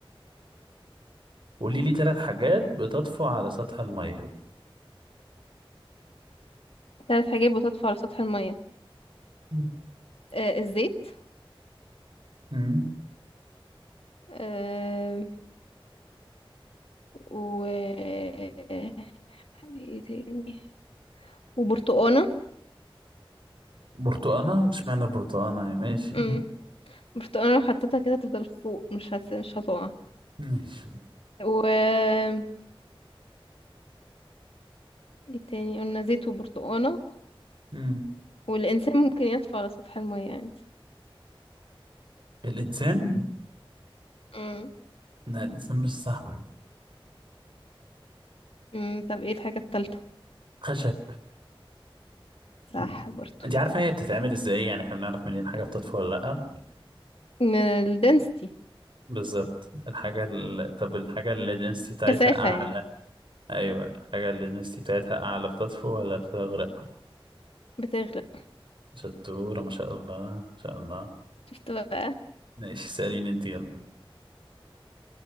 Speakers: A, on the right; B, on the left.
A: قولي لي ثلاث حاجات بتطفو على سطح المية
B: ثلاث حاجات بتطفو على سطح المية
A: مم.
B: آه، الزيت
A: مم.
B: آه، و ايه تاني وبرتقانة
A: برتقانة اشمعنى برتقانة يا ماشي
B: مم.
A: مم.
B: برتقانة لو حطيتها كده تفضل فوق مش هت... مش هتقع
A: ماشي
B: و ايه تاني قلنا زيت وبرتقانة
A: مم.
B: والإنسان ممكن يطفو على سطح المية عادي
A: الإنسان
B: مم.
A: لا الإنسان مش صح
B: مم. طب ايه الحاجة التالتة
A: خشب
B: صح برضو
A: انت عارفة هي بتتعمل ازاي يعني احنا بنعرف منين حاجة بتطفو ولا لأ
B: من الدنسيتي
A: بالظبط الحاجة ال... طب الحاجة اللي الدنسيتي بتاعتها
B: كثافة
A: أعلى
B: يعني
A: ايوه الحاجه اللي النسيتي بتاعتها اعلى بتطفو ولا بتغرق
B: بتغرق
A: شطوره ما شاء الله ما شاء الله
B: شفت بقى
A: ماشي سأليني انت يلا